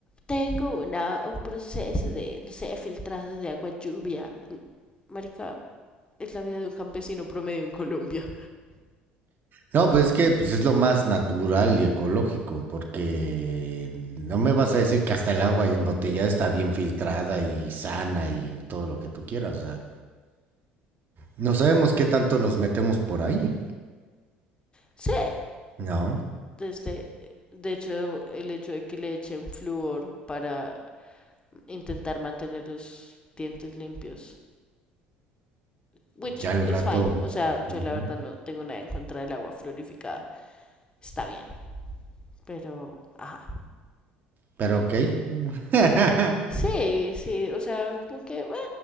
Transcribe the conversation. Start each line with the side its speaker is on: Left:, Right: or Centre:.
Left: tengo una, un proceso de, no sé, filtrado de agua lluvia. Marica, es la vida de un campesino promedio en Colombia.
Right: No, pues es que pues, es lo más natural y ecológico, porque no me vas a decir que hasta el agua embotellada está bien filtrada y sana y todo lo que tú quieras. o sea, no sabemos qué tanto nos metemos por ahí.
Left: Sí,
Right: No,
Left: desde, de hecho, el hecho de que le echen flúor para intentar mantener los dientes limpios. Which
Right: ya el
Left: is
Right: rato.
Left: fine. O sea, yo
Right: ujú.
Left: la verdad no tengo nada en contra del agua fluorificada. Está bien, pero, ajá.
Right: Pero ok, <laughs>
Left: Sí, sí, o sea, como que